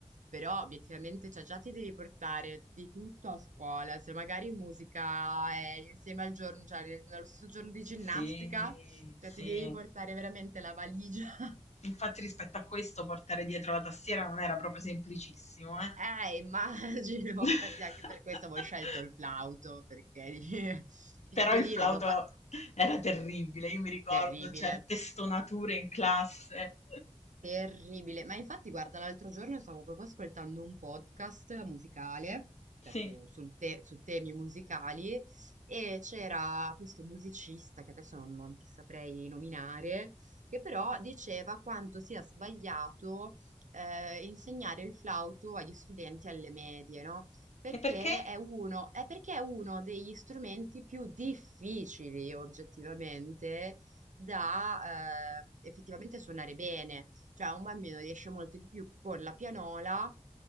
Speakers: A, on the right; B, on the left.
A: però obiettivamente cioè, già ti devi portare di tutto a scuola. Se magari musica è insieme al giorno, cioè nel- nello stesso giorno di ginnastica,
B: Sì,
A: cioè
B: sì.
A: ti devi portare veramente la valigia. <laughs>
B: Infatti rispetto a questo portare dietro la tastiera non era proprio semplicissimo, eh.
A: Eh, immagino,
B: <laughs>
A: infatti anche per questo avevo scelto il flauto, perché <laughs> di- piccolino,
B: Però il flauto
A: do fa-
B: era terribile, io mi ricordo
A: terribile.
B: certe stonature in classe.
A: Terribile, ma infatti guarda, l'altro giorno stavo proprio ascoltando un podcast musicale,
B: Sì.
A: cioè su, sul te- su temi musicali, e c'era questo musicista che adesso non, non ti saprei nominare, che però diceva quanto sia sbagliato eh, insegnare il flauto agli studenti alle medie, no? Perché
B: E perché?
A: è uno, è perché è uno degli strumenti più difficili oggettivamente da eh, effettivamente suonare bene cioè, un bambino riesce molto di più con la pianola